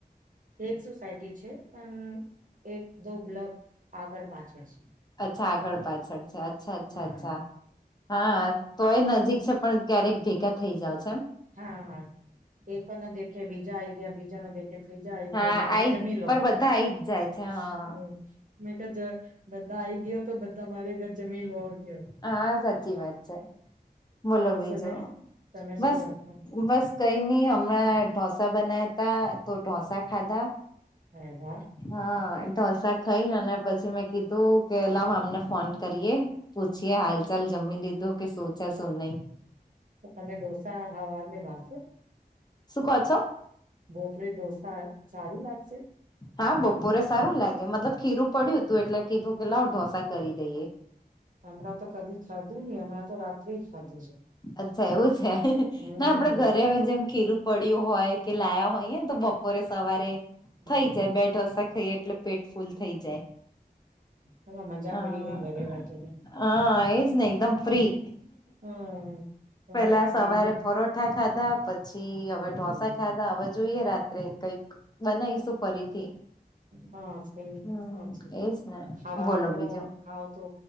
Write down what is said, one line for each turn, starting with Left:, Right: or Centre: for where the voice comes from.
Right: એક સોસાયટી છે પણ એક દો બ્લોક આગળ પાછળ છે.
Left: અચ્છા આગળ પાછળ છે અચ્છા અચ્છા
Right: હમ
Left: અચ્છા હા તોય નજીક છે પણ ક્યારેક ભેગા થઈ જાવ છો એમ
Right: હા હા એકનું દખે બીજા આઈ ગયા બીજા ન દખ ત્રીજા આઈ
Left: હા
Right: ગયા હમેખા
Left: આઈ
Right: જમી લો
Left: પર બધા આઈ જ જાય છે
Right: હ
Left: હા
Right: મેં ક બધા આઈ ગયા તો બધા મારે ઘર જમી લોર કેય
Left: હા સાચી વાત છે બોલો
Right: ઓ
Left: બીજું
Right: સમય તમે શું
Left: બસ
Right: કરતા
Left: બસ કઈ નહી હમણાં ઢોસા બનાયા તા તો ઢોસા ખાધા
Right: અરે વાહ
Left: હા ઢોસા ખાઈ અને પછી મેં કીધું કે લાવ અમને ફોન કરીએ પૂછીએ હાલ ચાલ જમી લીધું કે શું છે શું નહી
Right: તમે ઢોસા હવાર ભાસો
Left: સુ કો છો
Right: ભોપરે ઢોસા સારું લાગશે
Left: હા બપોરે સારું લાગે મતલબ ખીરું પડ્યું હતું એટલે કીધું કે લાવ ઢોસા કરી દઈએ
Right: હમણાં તો કદી ખાધું નહી હમણાં તો રાત્રે ખાધું છે
Left: અચ્છા એવું છે
Right: હમ
Left: ના આપડે ઘરે જેમ ખીરું પડ્યું હોય કે લાયા હોયને તો બપોરે સવારે
Right: હમ
Left: થઈ જાય બે ઢોસા ખાઈ એટલે પેટફુલ થઈ જાય
Right: હા હ મજા પડી
Left: હ
Right: ગઈ ઘરે બેઠે ને
Left: હા એજ ને એકદમ ફ્રી
Right: હા બસ
Left: પેલા સવારે
Right: બીજા
Left: પરોઠ ઠા ખાધા પછી હવે
Right: હમ
Left: ઢોસા ખાધા હવે જોઈએ રાત્રે કઈક બનાવીશું ફરીથી
Right: હા સા
Left: હમ
Right: છે
Left: એજ ને
Right: ખવાર
Left: બોલો
Right: ન
Left: બીજું
Right: ખાવ તો